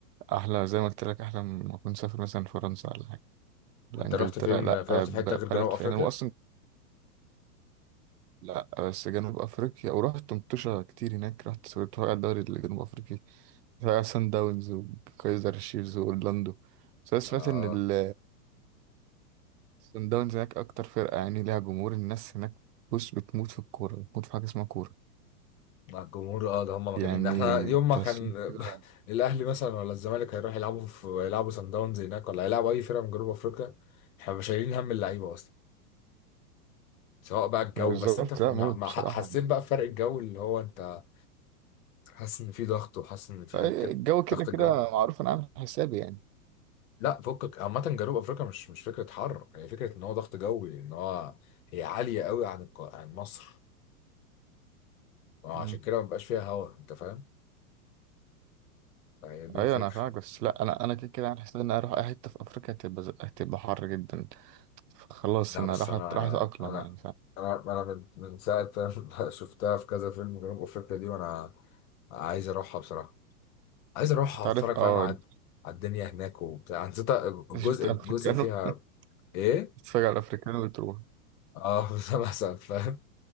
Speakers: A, on the right; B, on the left.
A: احلى زي ما قلت لك احلى من ما اكون سافر مثلا فرنسا ولا حاجه لا
B: انت
A: انجلترا
B: رحت فين
A: لا
B: في رحت
A: ب-
B: في حته غير جنوب
A: بلد
B: افريقيا
A: فين هو اصلا لا بس جنوب افريقيا ورحت مطوشه كتير هناك رحت سوري الدوري الجنوب افريقي سان داونز وكايزر شيفز وأورلاندو بس أنا سمعت
B: اه
A: إن ال سان داونز هناك أكتر فرقة يعني ليها جمهور الناس هناك بص بتموت في الكورة بتموت في حاجة اسمها كورة
B: مع الجمهور اه ده هم مجانين
A: يعني
B: ده احنا يوم ما
A: تحسهم
B: كان
A: كده
B: <laughs> الاهلي مثلا ولا الزمالك هيروح يلعبوا في يلعبوا سان داونز هناك ولا هيلعبوا اي فرقه من جنوب افريقيا احنا مش شايلين هم اللعيبه اصلا سواء بقى الجو
A: بالظبط
B: بس انت ف...
A: لا
B: مع-
A: موت
B: مع-
A: بصراحة
B: حسيت بقى بفرق الجو اللي هو انت حاسس ان في ضغط وحاسس ان في
A: الجو
B: حاجه كده
A: كده
B: ضغط
A: كده
B: الجو
A: معروف أنا عامل حسابي يعني
B: لا فكك عامه جنوب افريقيا مش مش فكره حر هي فكره ان هو ضغط جوي ان هو هي عاليه قوي عن الق... عن مصر عشان
A: مم.
B: كده ما بقاش فيها هوا انت فاهم هي دي الفكره
A: أيوة أنا فاهمك بس لا أنا أنا كده كده عامل حسابي إن أنا أروح أي حتة في أفريقيا هتبقى ز- هتبقى حر جدا خلاص
B: لا
A: أنا
B: بس
A: راح
B: انا
A: راح أتأقلم
B: انا
A: يعني فاهم
B: انا انا من من ساعه ما <laughs> شفتها في كذا فيلم جنوب افريقيا دي وانا عايز اروحها بصراحه عايز اروحها
A: أنت عارف
B: اتفرج فاهم
A: أه
B: على
A: أنت
B: على الدنيا هناك وبتاع أنا نسيت الجزء
A: شفت أفريكانو
B: الجزء فيها
A: <laughs>
B: ايه
A: تتفرج على الأفريكانو وتروح
B: اه <laughs> مثلا فاهم